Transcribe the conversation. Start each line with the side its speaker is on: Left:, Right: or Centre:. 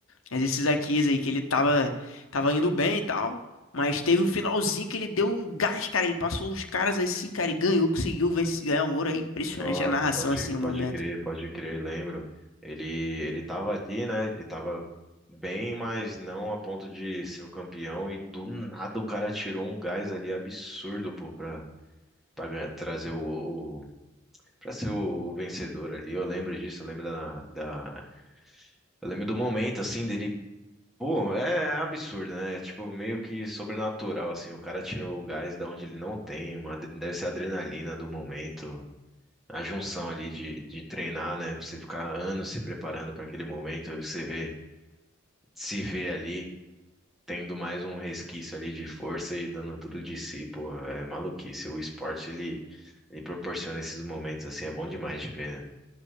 Left: mas esses Akias aí que ele tava, tava indo bem e tal, mas teve um finalzinho que ele deu um gás, cara, ele passou os caras aí sim, cara, e ganhou, conseguiu vencer, ganhar o ouro, é impressionante
Centre: Nossa,
Left: a narração
Centre: pode,
Left: assim, o
Centre: pode
Left: momento.
Centre: crer, pode crer, lembro. Ele, ele tava ali, né? Ele tava bem, mas não a ponto de ser o campeão. E do nada o cara tirou um gás ali absurdo, pô, pra, pra ganhar- trazer o, o, pra ser o vencedor ali. Eu lembro disso, eu lembro da, da, eu lembro do momento, assim, dele. Pô, é absurdo, né? Tipo, meio que sobrenatural, assim. O cara tirou o gás da onde ele não tem, uma, adre- deve ser a adrenalina do momento a junção ali de, de treinar, né? Pra Você ficar anos se preparando para aquele momento, aí você vê, se vê ali tendo mais um resquício ali de força e dando tudo de si, pô, é maluquice. O esporte ele, ele proporciona esses momentos assim, é bom demais de ver, né?